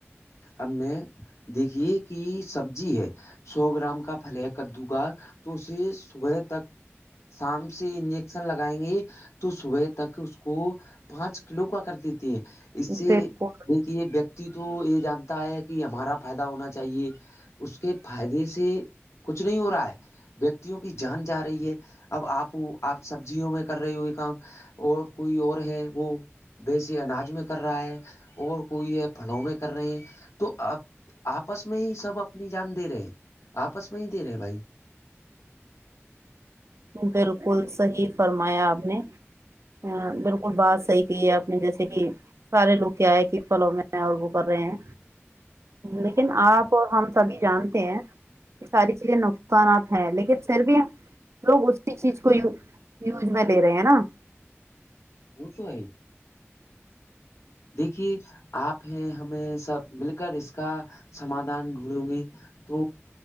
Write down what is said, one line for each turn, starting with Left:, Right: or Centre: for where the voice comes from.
Left: اب میں دیکھیے کہ سبزی ہے سو گرام کا پھل کدو گا تو اسے صبح تک شام سے انجیکشن لگائیں گے تو صبح تک اس کو پانچ کلو کا کر دیتے ہیں
Right: ہیں۔
Left: اس سے
Right: بالکل
Left: دیکھیے ویکتی تو یہ جانتا ہے کہ ہمارا فائدہ ہونا چاہیے اس کے فائدے سے کچھ نہیں ہو رہا ہے ویکتیوں کی جان جا رہی ہے اب آپ آپ سبزیوں میں کر رہے ہوئے کام اور کوئی اور ہے وہ بیسی اناج میں کر رہا ہے اور کوئی ہے پھلوں میں کر رہے ہیں تو آپ آپس میں ہی سب اپنی جان دے رہے آپس میں ہی دے رہے بھائی
Right: <unintelligible> بالکل صحیح فرمایا آپ نے ہاں بالکل بات صحیح کی ہے آپ نے جیسے کہ سارے لوگ کیائے کہ پلوں میں اور وہ کر رہے ہیں لیکن آپ کو ہم سبھی جانتے ہیں کہ ساری چیزیں نقصانات ہیں لیکن پھر بھی لوگ اسی چیز کو یوز میں لے رہے ہیں ہے نا
Left: <unintelligible> دیکھیے آپ ہیں ہمیں سب مل کر اس کا سمادھان ڈھونڈوں گی تو